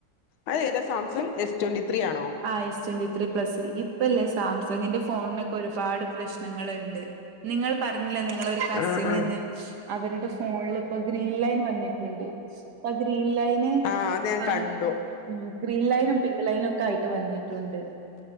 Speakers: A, on the left; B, on the right.
A: അത് ഏതാ സാംസങ് എസ് ട്വന്റി ത്രീ ആണോ
B: ആ എസ് ട്വന്റി ത്രീ പ്ലസ് ഇപ്പല്ലേ സാംസങ്ങിന്റെ ഫോണിനൊക്കെ ഒരുപാട് പ്രശ്നങ്ങള്ണ്ട് നിങ്ങൾ പറ ഞ്ഞില്ലേ നിങ്ങളൊരു കസിനെന്ന്
A: ആഹ് ആഹ്
B: അവരുടെ ഫോണില് ഇപ്പ ഗ്രീൻ ലൈൻ വന്നിട്ടിണ്ട് അപ്പ ഗ്രീൻ- ഗ്രീൻലൈന്
A: ആഹ് അത് ഞാൻ
B: ആഹ്
A: കണ്ടു
B: ഇൻക്രി ലൈനും പിങ്ക് ലൈനൊക്കയിട്ട് വന്നിട്ടുണ്ട്.